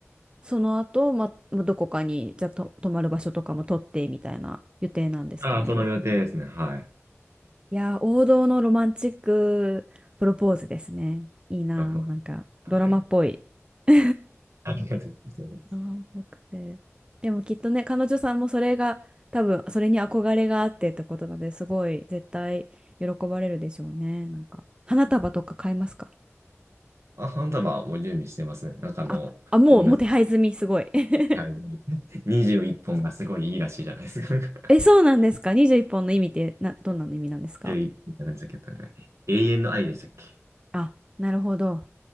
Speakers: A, on the right; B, on the right.
A: その後、ま、まどこかにじゃあと泊まる場所とかも取ってみたいな予定なんですかね
B: ああ、その予定ですね。はい。
A: いやー、王道のロマンチックプロポーズですね。いいなー、
B: ラフォー
A: なんかドラマっぽい。
B: スはい。
A: <laughs> あ
B: ありがとうございます。
A: ラででもきっとね、彼女さんもそれが、多分それに憧れがあってってことなので、すごい絶対喜ばれるでしょうね。なんか、花束とか買いますか
B: あ、花束はもう準備してますね。なんかあの、
A: あ、あ、もう、
B: 友達、
A: もう手配済み、すごい。<laughs>
B: はい、21本がすごいいいらしいじゃないですか。<laughs>
A: え、そうなんですか ?21 本の意味ってな、どんなの意味なんですか
B: 11本っぽんって何でしたっけ永遠の愛でしたっけ
A: あ、なるほど。